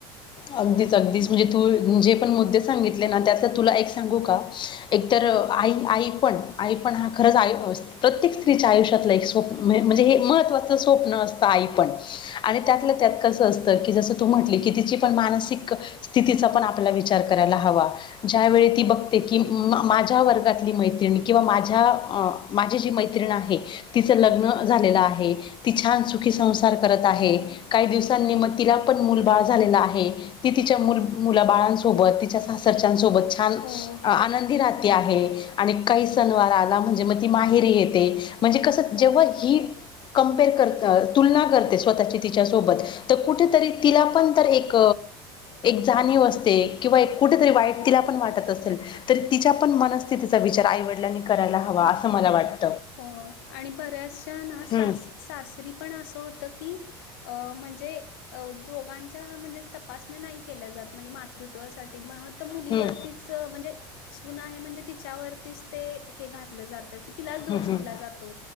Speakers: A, on the left (about 35°); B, on the left (about 65°).
A: अगदीच अगदीच म्हणजे तू जे पण मुद्दे सांगितले ना त्यातला तुला एक सांगू का? एकतर
B: हं.
A: आई आई पण आई पण हा खरंच आयु प्रत्येक स्त्रीच्या आयुष्यातलं एक स्वप्नं म्हणजे
B: हो
A: हे महत्त्वाचं स्वप्न असतं आई पण आणि त्यातल्या
B: हो
A: त्यात कसं असतं. की जसं तू म्हटली की तिची पण मानसिक स्थितीचा पण आपला विचार करायला हवा. ज्यावेळी ती
B: हो
A: बघते की माझ्या वर्गातली मैत्रिणी किंवा माझ्या माझी जी मैत्रिण
B: हो
A: आहे तिचं लग्न झालेलं आहे ती छान सुखी संसार करतं आहे
B: हम्म
A: काही दिवसांनी. तिला पण मुलं बाळ झालेलं आहे, ती तिच्या मुलं मुलाबाळांसोबत तिच्या सासरच्यासोबत छान!
B: हो
A: आनंदी राहत ती आहे आणि काही सणवार आला म्हणजे, म ती माहेरी येते म्हणजे कसं?
B: हो
A: जेव्हा ही कम्पेअर करत अ तुलना करते, स्वतःची तिच्या सोबत त कुठेतरी तिला पण तर एक जाणीव असते, किंवा एक कुठेतरी वाईट तिला पण वाट़तं असलं, तिच्या पण मनस्थितीचा विचार आई वडीलांनी करायला हवा
B: हं.
A: असं मला वाटत.
B: हो आणि बऱ्याचशा ना
A: हम्म
B: सासरी पण असं होत? की अ म्हणजे अ दोघांच्या म्हणजे तपासण्या नाही केल्या जात. म्हणजे. मातृत्वासाठी म त मुली
A: हम्म
B: वरतीच म्हणजे सुन आहे म्हणजे, तिच्या वरतीच ते हे घातलं जातं की तीला.
A: हम्म
B: दिला
A: हम्म
B: जातो,